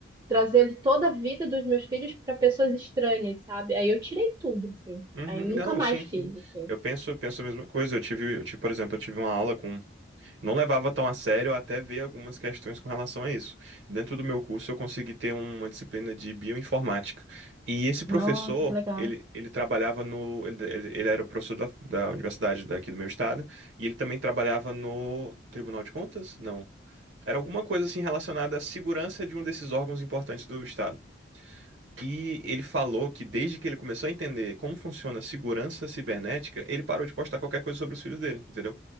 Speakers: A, on the right; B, on the right.
A: trazendo toda a vida dos meus filhos para pessoas estranhas, sabe? Aí eu tirei tudo, assim.
B: Uhum.
A: Aí eu nunca
B: Não,
A: mais
B: sim,
A: fiz,
B: sim.
A: assim.
B: Eu penso, penso a mesma coisa. Eu tive, eu tive, por exemplo, eu tive uma aula com Não levava tão a sério até ver algumas questões com relação a isso. Dentro do meu curso, eu consegui ter uma disciplina de bioinformática. E esse professor,
A: Nossa, que legal.
B: ele, ele trabalhava no. Ele, ele ele era professor da, da universidade daqui do meu estado, e ele também trabalhava no Tribunal de Contas? Não. Era alguma coisa assim relacionada à segurança de um desses órgãos importantes do estado. E ele falou que desde que ele começou a entender como funciona a segurança cibernética, ele parou de postar qualquer coisa sobre os filhos dele, entendeu?